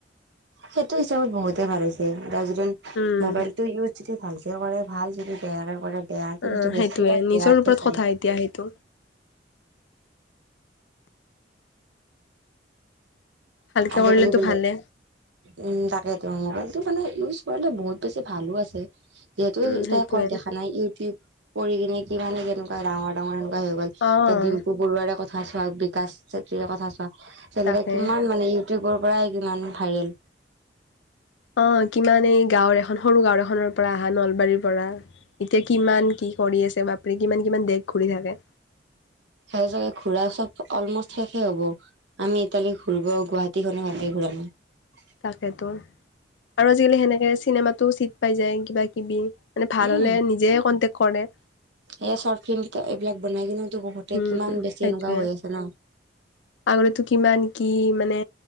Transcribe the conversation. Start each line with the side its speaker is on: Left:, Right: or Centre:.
Right: সেইটো হিচাপত বহুতে ভাল হৈছে এতিয়া যদি
Left: উম
Right: মোবাইলটো ইউজ যদি ভাল তেওঁ কৰে ভাল যদি বেয়াকে কৰে বেয়া কিন্তু
Left: অ'
Right: বেছিভাগ
Left: সেইটোয়ে নিজৰ
Right: বেয়াতে
Left: ওপৰত
Right: চায়।
Left: কথা এতিয়া সেইটো ভালকে
Right: আজিকালি
Left: কৰিলেতো
Right: বেলে।
Left: ভালে
Right: উম তাকে ত মোবাইলটো মানে ইউজ কৰিলে বহুত বেছি ভালো আছে। যিহেতু
Left: উম
Right: এই
Left: সেইটোয়ে
Right: কত দেখা নাই ইউটিউব কৰি কিনে কি মানে কেনেকুৱা ডাঙৰ -ডাঙৰ হৈ গল।
Left: অ'
Right: যে ডিম্পু বৰুৱাৰে কথা চোৱা, বিকাশ চেত্ৰীয়ে কথা চোৱা। তেনেকে
Left: তাকে
Right: কিমান মানে ইউটিউবৰ পৰাই কিমান ভাইৰেল।
Left: অ কিমান এই গাঁওৰ এখন সৰু গাও এখনৰ পৰা আহা নলবাৰীৰ পৰা এতিয়া কিমান কি কৰি আছে বাপৰে কিমান কিমান দেশ ঘূৰি থাকে।
Right: সেই চাগে ঘুৰা চব অলমষ্ট শেষে হব। আমি ইতালি ঘুৰ্ব গুৱাহা টী খনো ভালকে ঘূৰা নাই।
Left: তাকেতো আৰু আজিকালি সেনেকে চিনেমাতো চিট পাই যায় কিবা কিবি। মানে ভাল
Right: উম
Left: হলে নিজে কনটেক্ কৰে।
Right: এই চৰ্ট ফিল্ম এইবিলাক বনাই কিনেতো বহুতে
Left: উম
Right: কিমান বেছি
Left: সেইটোয়ে,
Right: এনেকুৱা হৈ আছে ন
Left: আগতেতো কিমান কি মানে